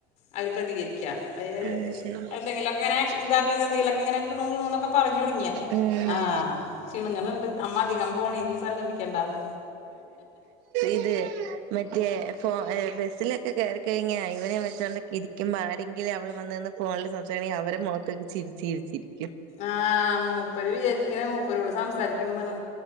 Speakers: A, on the left; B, on the right.
A: അവര് പ്രതികരിക്ക അവര്
B: ആഹ് ശരി
A: എന്തെങ്കിലുക്കെങ്ങനെ ഇതാക്കിയത് എന്തെങ്കിലൊക്കെ ങ്ങനെ കിണൂ കിണൂന്നൊക്കെ പറ്ഞ്ഞോട്ങ്ങിയാ
B: ഉം
A: ആഹ ചിണുങ്ങ്ണ്ണ്ട് അമ്മ അധികം ഫോണിൽ സല്ലഭിക്കേണ്ടന്ന്
B: ഇത് മറ്റേ ഫോ ഏ ബസ്സിലൊക്കെ കേറി കഴിഞ്ഞാ ഇവനെ വചോണ്ടൊക്കെ ഇരിക്കുമോ ആരെ ആരെങ്കിലും അവിടെ വന്ന് നിന്ന് ഫോണിൽ സംസാരിക്കണെങ്കിൽ അവരെ മുഖത്തേക്ക ചിരിച്ച് രിച്ചിരിക്കും
A: ആഹ് മൂപ്പര് വിചാരിക്ക്ണ് മൂപ്പരോട് സംസാരിക്ക്ണ്ന്നാണ്